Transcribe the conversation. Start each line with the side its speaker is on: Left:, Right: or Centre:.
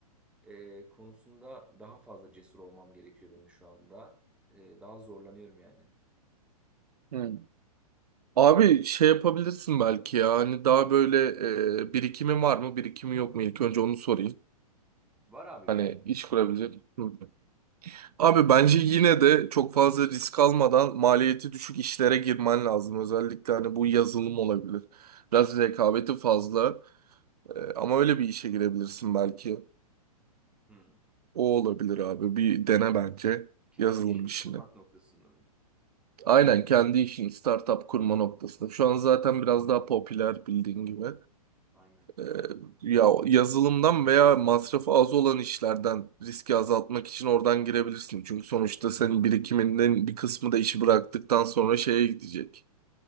Centre: e, konusunda daha fazla cesur olmam gerekiyor benim şu anda. E, daha zorlanıyorum yani.
Right: Hı. Abi şey yapabilirsin belki ya hani daha böyle e, birikimi var mı birikimi yok mu ilk önce onu sorayım.
Centre: Var abi
Right: Hani
Centre: biraz bir
Right: iş
Centre: işim.
Right: kurabilecek. Hı. Abi bence yine de çok fazla risk almadan maliyeti düşük işlere girmen lazım. Özellikle hani bu yazılım olabilir. Biraz rekabeti fazla E, ama öyle bir işe girebilirsin belki.
Centre: Hmm.
Right: O olabilir abi bir dene bence
Centre: Kendi
Right: yazılım
Centre: işimi
Right: işini.
Centre: kurmak noktasında mı?
Right: Aynen kendi işin startup kurma noktasında. Şu an zaten biraz daha popüler bildiğin gibi.
Centre: Aynen.
Right: Ee, ya yazılımdan veya masrafı az olan işlerden riski azaltmak için oradan girebilirsin. Çünkü sonuçta senin birikiminden bir kısmı da işi bıraktıktan sonra şeye gidecek.